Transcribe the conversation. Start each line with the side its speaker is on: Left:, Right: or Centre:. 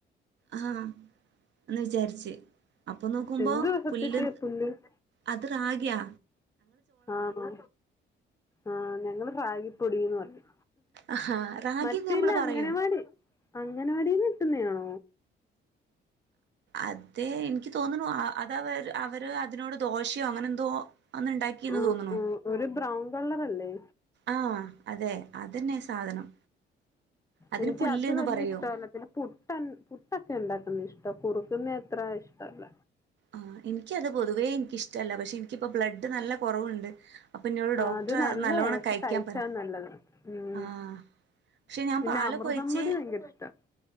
Right: ആഹാ എന്ന് വിചാരിച്ച് അപ്പൊ നോക്കുമ്പോ
Left: എന്ത് വിസത്തിട്ട്
Right: പുല്ല്
Left: പുല്ല്
Right: അത്റാഗിയാ
Left: ആണോ ആ ഞങ്ങള് റാഗിപ്പൊടിന്ന് പറിം
Right: ആഹാ റാഗിന്ന്
Left: മറ്റേല്ല
Right: നമ്മള്
Left: അംഗനവാടി
Right: പറയും
Left: അംഗനവാടിന്ന് കിട്ടുന്നതാണോ
Right: അതെ എനിക്ക് തോന്നുന്നു അത അവര് അവര് അതിനോട് ദോഷയോ അങ്ങനെ എന്തോ അന്ന് ഉണ്ടാക്കിന്ന്
Left: ആഹ്
Right: തോന്നുണു
Left: ആഹ് ഒരു ബ്രൗൺ കളറല്ലേ
Right: ആഹ് അതെ അതന്നെ സാധനം അതിന്
Left: എനിക്ക്
Right: പുല്ല്ന്ന്
Left: അത് വലിയ
Right: പറയും
Left: ഇഷ്ടമല്ല പിന്നെ പു ട്ട പുട്ടൊക്കെ ഉണ്ടാക്കുന്ന ഇഷ്ടമാണ് കുറുക്കുന്നത്ര ഇഷ്ടല്ല
Right: ആഹ്എനിക്കത് പൊതുവേ എനിക്കിഷ്ടമല്ല പക്ഷെ എനിക്കിപ്പ ബ്ലഡ് നല്ല കുറവുണ്ട് അപ്പൊ ഇന്നോട്
Left: ആഹ്
Right: ഡോക്ടർ
Left: അത് നല്ലയാ
Right: നല്ലോ ണ്ണം
Left: പക്ഷെ
Right: കഴിക്കാൻ
Left: കഴിച്ചാ
Right: പറ
Left: നല്ലതാ ഉം
Right: ആഹ് പക്ഷെ ഞാൻ
Left: പിന്നെ
Right: പാല്
Left: അമൃതം
Right: ഒക്കെ കൊഴിച്ച്
Left: പൊടി ഭയങ്കര ഇഷ്ടാ